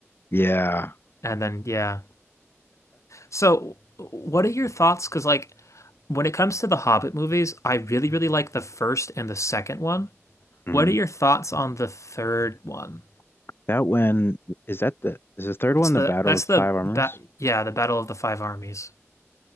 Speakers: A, on the left; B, on the left.
A: Yeah.
B: And then yeah. So what are your thoughts? Because like when it comes to the Hobbit movies, I really really like the first and the second one.
A: hmm
B: What are your thoughts on the third one?
A: That one, is that the, is the third
B: It's
A: one,
B: the
A: the Battle
B: that's
A: of
B: the
A: Five Armors?
B: ba yeah, the Battle of the Five Armies.